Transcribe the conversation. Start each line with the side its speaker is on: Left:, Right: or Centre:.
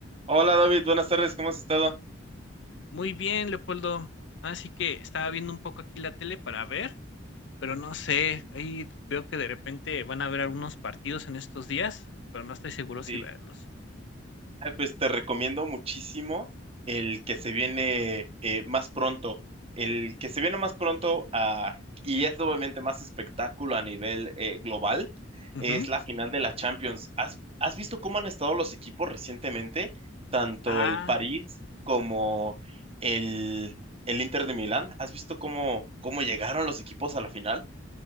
Right: Hola David, buenas tardes, ¿cómo has estado?
Left: Muy bien, Leopoldo. Así que estaba viendo un poco aquí la tele para ver, pero no sé, ahí veo que de repente van a haber algunos partidos en estos días, pero no estoy seguro si
Right: Sí.
Left: verlos.
Right: Ay, pues te recomiendo muchísimo el que se viene eh, más pronto. El que se viene más pronto, ah, y es obviamente más espectáculo a nivel eh, global,
Left: Ujú.
Right: es la final de la Champions. ¿Has, has visto cómo han estado los equipos recientemente? Tanto
Left: Ah,
Right: el París como el, el Inter de Milán. ¿Has visto cómo, cómo llegaron los equipos a la final?